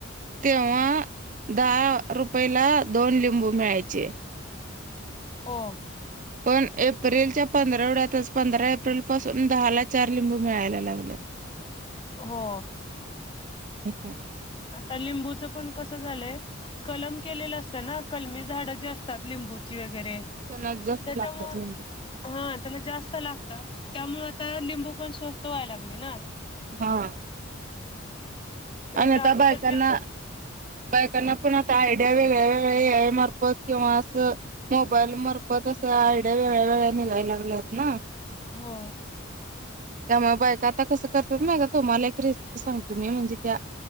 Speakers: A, on the right; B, on the left.
A: तेव्हा दहा रुपयेला दोन लिंबू मिळायचे.
B: हो.
A: पण एप्रिलच्या पंधरवड्यातच, पंधरा एप्रिलपासून दहाला चार लिंबू मिळायला लागल्यात. <inaudible>
B: हो.
A: <unintelligible>
B: आता लिंबूचं पण कसं झालंय कलम केलेलं असतं ना, कलमी झाडं जी असतात लिंबूची वगैरे
A: त्यांनाच जस्त
B: त्याच्यामुळं
A: लागतात लिंबू.
B: हा त्याला जास्त लागतात, त्यामुळे आता लिंबू पण स्वस्त व्हायला लागले ना.
A: हा.
B: नाहीतर
A: आणि आता
B: अगोदरच्या
A: बायकांना बायकांना पण आता आयडिया वेगळ्या वेगळ्या याय मार्फत किंवा असं मोबाईल मारफत असं, आयडिया वेगळ्या वेगळ्या निघायला लागल्यात ना.
B: हो.
A: त्यामुळं बायक आता कसं करत्यात माहिती. तुम्हाला एक रेसिपी सांगतो मी म्हणजे त्या.